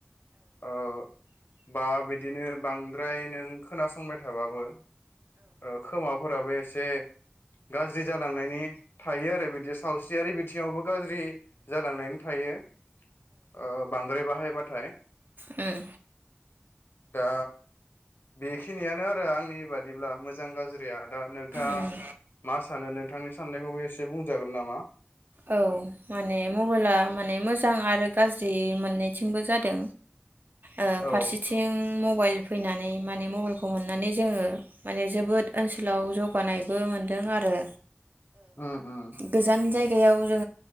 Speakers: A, on the left; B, on the right.
A: ओ बा बिदिनो बांद्राय नों खोनासंबाय थाबाबो ओ खोमा फोराबो एसे गाज्रि जालांनायनि थायो आरो बिदिया सावस्रियारि बिथिङावबो गाज्रि जालांनायनि थायो। ओ बांद्राय बाहाय बाथाय
B: उम
A: दा बेखिनियानो आरो आंनि बा दिब्ला मोजां गाज्रिया दा नोंथाङा
B: उम
A: मा सानो नों नोंथांनि साननायखौबो एसे बुंजागोन नामा?
B: औ माने मबाइला माने मोजां आरो गाज्रि मोननैथिंबो जादों ओ
A: औ उम
B: फारसेथिं मबाइल फैनानै माने मबेलखौ मोननानै जोङो माने जोबोद ओनसोलाव जौगानायबो मोनदों आरो
A: ओ ओ
B: गोजान जायगायाव जोङो